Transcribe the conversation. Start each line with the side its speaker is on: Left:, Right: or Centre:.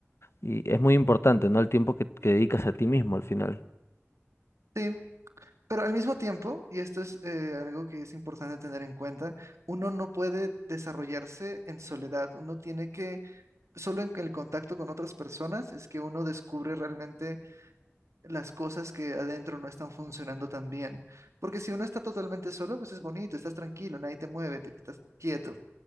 Left: Y es muy importante, ¿no? El tiempo que, que dedicas a ti mismo al final.
Right: Sí, pero al mismo tiempo, y esto es eh, algo que es importante tener en cuenta, uno no puede desarrollarse en soledad, uno tiene que, solo en el contacto con otras personas es que uno descubre realmente las cosas que adentro no están funcionando tan bien. Porque si uno está totalmente solo, pues es bonito, estás tranquilo, nadie te mueve, te estás quieto